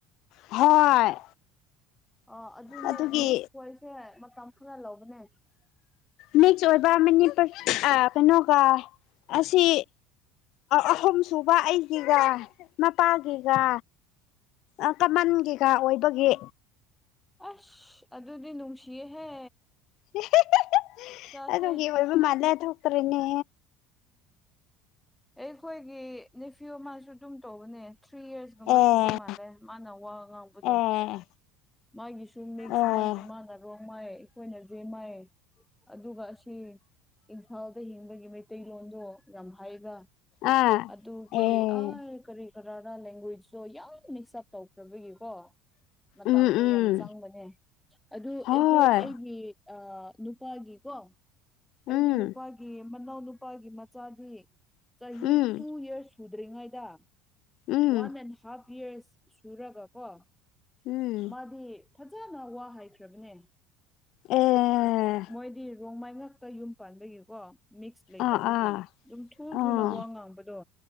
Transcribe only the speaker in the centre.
ꯑ ꯑꯗꯨꯅꯦ
ꯃꯤꯁ ꯈꯣꯏꯁꯦ ꯃꯇꯝ ꯈꯔ ꯂꯧꯕꯅꯦ
ꯑꯁ ꯑꯗꯨꯗꯤ ꯅꯨꯡꯁꯤꯌꯦꯍꯦ
ꯆꯥꯁꯦ
ꯑꯦ ꯑꯩꯈꯣꯏꯒꯤ ꯅꯦꯐꯤꯌꯨ ꯑꯃꯁꯨ ꯑꯗꯨꯝ ꯇꯧꯕꯅꯦ ꯊ꯭ꯔꯤ ꯌ꯭ꯔꯁꯒꯨꯝꯕ
ꯁꯨꯕ ꯃꯥꯜꯂꯦ ꯃꯥꯅ ꯋꯥ ꯉꯥꯡꯕꯗꯣ
ꯃꯥꯒꯤꯁꯨ ꯃꯤꯛꯁ
ꯃꯥꯒꯤ ꯃꯥꯅ ꯔꯣ ꯃꯥꯏ ꯑꯩꯈꯣꯏꯅ ꯖꯦꯡꯃꯥꯏ ꯑꯗꯨꯒ ꯑꯁꯤ ꯏꯝꯐꯥꯜꯗ ꯍꯤꯡꯕꯒꯤ ꯃꯩ ꯃꯩꯇꯩꯂꯣꯟꯗꯣ ꯌꯥꯝ ꯍꯥꯏꯕ
ꯑꯗꯨꯒꯤ
ꯑ ꯀꯔꯤ ꯀꯅꯥꯗ ꯂꯦꯡꯒ꯭ꯋꯦꯖꯁꯨ ꯌꯥꯝ ꯃꯤꯛꯁ ꯑꯞ ꯇꯧꯈ꯭ꯔꯕꯒꯤꯀꯣ ꯃꯇꯝꯗꯣ
ꯌꯥꯝ ꯆꯪꯕꯅꯦ ꯑꯗꯨ
ꯑꯩꯈꯣꯏ ꯑꯩꯒꯤ ꯑ ꯅꯨꯞ ꯅꯨꯄꯥꯒꯤꯀꯣ ꯑꯩꯒꯤ
ꯅꯨꯄꯥꯒꯤ ꯃꯅꯥꯎ ꯅꯨꯄꯥꯒꯤ ꯃꯆꯥꯗꯤ ꯆꯍꯤ
ꯇꯨ ꯌ꯭ꯔꯁ ꯁꯨꯗ꯭ꯔꯤꯉꯩꯗ
ꯋꯥꯟ ꯑꯦꯟ ꯍꯥꯐ ꯌ꯭ꯔꯁ ꯁꯨꯔꯒꯀꯣ
ꯃꯥꯗꯤ ꯐꯖꯅ ꯋꯥ ꯍꯥꯏꯈ꯭ꯔꯕꯅꯦ
ꯃꯣꯏꯗꯤ ꯔꯣꯡꯃꯩ ꯉꯥꯛꯇ ꯌꯨꯝ ꯄꯥꯟꯕꯒꯤꯀꯣ ꯃꯤꯛꯁ ꯂꯩꯇꯕꯒꯤ
ꯑꯗꯨꯝ ꯊꯨ
ꯊꯨꯅ ꯋꯥ ꯉꯥꯡꯕꯗꯣ